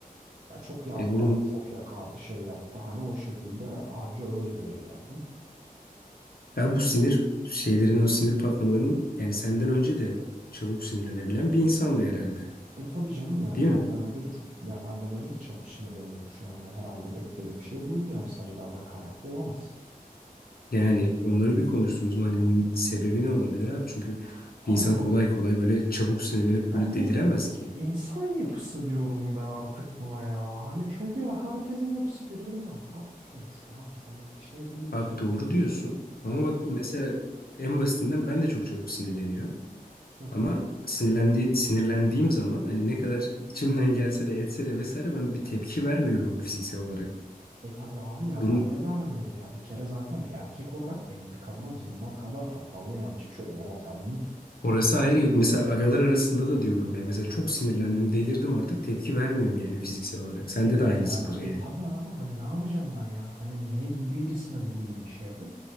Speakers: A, on the right; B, on the left.
A: Ya çok yalvardı,
B: E oğlum
A: çok yakardı, şey yaptı. Hani o şekilde anca öyle geri geldim.
B: ya bu sinir şeylerin o sinir patlamalarının yani senden önce de çabuk sinirlenebilen bir insan da herhalde.
A: E tabii canım yani
B: Değil
A: benden
B: mi?
A: önce de çok ya benden önce de çabuk sinirleniyormuş yani herhalde beklediğim şey buydu yani sadece benden kaynaklı olamaz.
B: Yani onları bir konuştunuz mu? Hani sebebi ne olabilir abi? Çünkü
A: Abi
B: bir insan kolay kolay böyle çabuk sinirlenip
A: ama
B: böyle
A: bu
B: deliremez ki.
A: İnsan yapısı diyorum ben artık buna ya. Hani çünkü ya herkesin yapısı birbirinden farklı sonuçta abi. Hani şey değil ki.
B: Abi doğru diyorsun. Ama
A: Hani
B: bak mesela en basitinden ben de çok çabuk sinirleniyorum.
A: hı
B: Ama
A: hı.
B: sinirlendiği, sinirlendiğim zaman hani ne kadar içimden gelse de etse de vesaire ben bir tepki vermiyorum fiziksel olarak.
A: E tabii abi ya
B: Bunun
A: ben de vermiyorum ya. Bir kere zaten bir erkek olarak benim bir kadına vurmam kadar hatalı ve yanlış bir şey olamaz ya. Bunun
B: orası
A: şey
B: ayrı
A: yok.
B: yok. Mesela agalar arasında da diyorum ya. Mesela çok sinirlendim, delirdim artık tepki vermiyorum yani fiziksel olarak. Sende
A: Evet
B: de aynısıdır
A: yani.
B: yani.
A: E tabii abi hani ne yapacağım ben ya? Hani niye birisine vurayım bir şey yapayım?